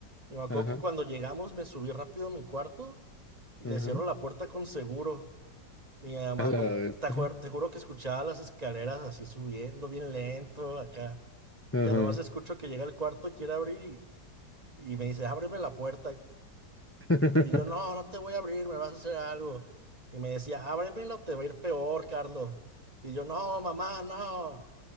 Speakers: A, on the right; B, on the left.
A: Y me acuerdo
B: Ajá,
A: que cuando llegamos me subí rápido a mi cuarto y
B: ajá,
A: le cierro la puerta con seguro. Y mi mamá,
B: a la
A: no,
B: bestia.
A: te, acuer- te juro que escuchaba las escaleras así subiendo bien lento acá.
B: Ajá.
A: Y ya nomás escucho que llega al cuarto y quiere abrir y, y me dice, ábreme la puerta.
B: <laughs>
A: Y, y yo, no, no te voy a abrir, me vas a hacer algo. Y me decía, ábremela o te va a ir peor, Carlos. Y yo, no, mamá, no.